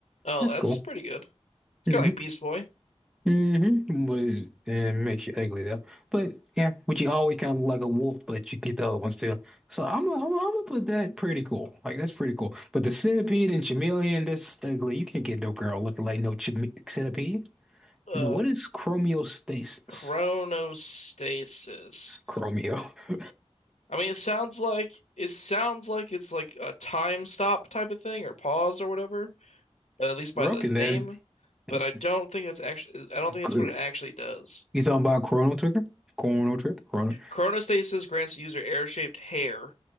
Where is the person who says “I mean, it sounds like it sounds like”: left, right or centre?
Left